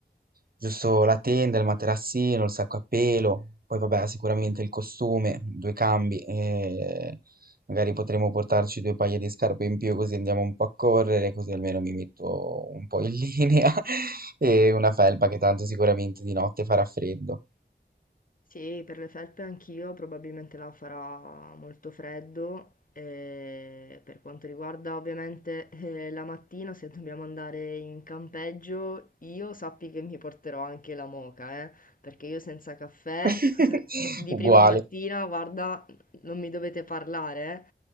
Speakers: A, on the right; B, on the left.
A: Giusto la tenda, il materassino, il sacco a pelo, poi vabbè, sicuramente il costume, due cambi, e magari potremmo portarci due paia di scarpe in più così andiamo un po' a correre, così almeno mi metto un po' in linea <laughs> e una felpa che tanto sicuramente di notte farà freddo.
B: Sì, per le felpe anch'io, probabilmente là farà molto freddo. e per quanto riguarda ovviamente eh, la mattina, se dobbiamo andare in campeggio, io sappi che mi porterò anche la moka, eh, perché io senza caffè
A: <laughs>
B: <laughs> eh, di
A: Uguale,
B: prima mattina, guarda, non mi dovete parlare